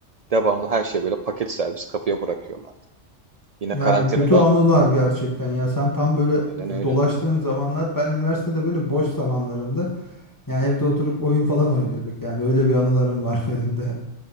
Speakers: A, on the right; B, on the left.
A: Devamlı her şey böyle paket servis kapıya bırakıyorlardı. Yine
B: yani
A: karantinadan
B: kötü anılar gerçekten ya sen tam böyle
A: aynen öyle.
B: dolaştığın zamanlar ben üniversitede böyle boş zamanlarımda. Yani
A: Hı hı.
B: evde oturup oyun falan oynuyorduk yani öyle bir anılarım var <laughs> benim de.